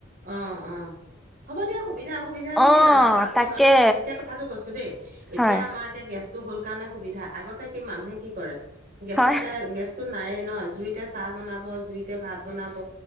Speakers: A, on the right; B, in the centre.
A: অ', অ', হ'ব দিয়া সুবিধা এতিয়া অসুবিধানো
B: অ
A: কি আৰু আগৰ
B: তাকে
A: মানুহে এতিয়া কথাটো কৈছো দেই এতিয়া
B: হয়
A: আমাৰে গেছ টো হল কাৰণে সুবিধা। আগতে কি মানুহে কি কৰে? গেছতে,
B: হয়
A: গেছটো নাইয়ে নহ, জুইত জুইতে চাহ বনাব জুইতে ভাত বনাব